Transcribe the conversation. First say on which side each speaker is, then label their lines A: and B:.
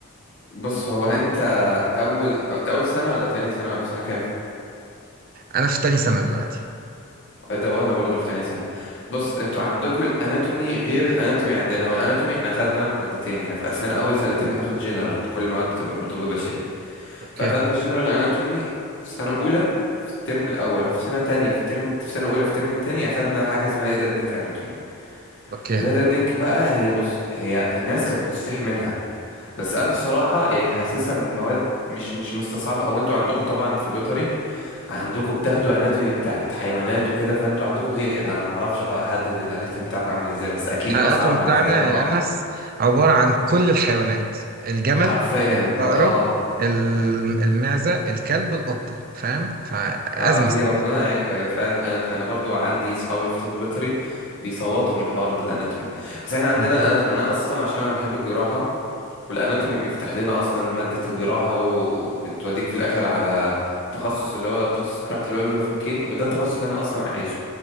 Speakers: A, on the left; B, on the right.
A: بص هو انت اول او انت اول سنه ولا تاني سنه ولا في سنه كام
B: انا في تاني سنه دلوقتي
A: ده وانا برضو في تاني سنه بص انتوا عندكم الاناتومي غير الاناتومي عندنا هو الاناتومي احنا اخدنا مادتين احنا في اسنان اول سنتين بناخد جنرال كل المواد بتبقى من طب بشري
B: اوكي
A: فاخدنا جنرال اناتومي في سنه اولى في الترم الاول وفي سنه تانية في الترم في سنه اولى في الترم التاني اخدنا حاجه اسمها هيدد نيك اناتومي
B: اوكي
A: الهيدد نيك بقى هي بص هي الناس كانت بتصيح منها بس انا الصراحه يعني حاسسها من مواد مش مش مستصعبه او انتوا عندكم طبعا في بيطري عندكم بتاخدوا اناتومي بتاعت حيوانات وكده فانتوا عندكم غير انا ما اعرفش احدد الاناتومي بتاعكم عامل ازاي بس اكيد
B: الحلقات
A: اصعب
B: بتاعنا
A: من عندنا بمراحل
B: يا انس عباره عن كل الحيوانات الجمل
A: حرفيا
B: العقرب
A: فاه
B: ال- المعزه الكلب القطه فاهم فازمه
A: فدي
B: صعبة.
A: ربنا يعينكم هي فعلا الاناتومي انا برضو عندي صحابي في طب بيطري بيصوتوا من حوار الاناتومي بس احنا عندنا
B: مم.
A: الاناتومي انا اصلا عشان انا بحب الجراحه والاناتومي بيفتح لنا اصلا ماده الجراحه وبتوديك في الاخر على التخصص اللي هو تخصص جراحه الوجه والفكين وده التخصص اللي انا اصلا عايزه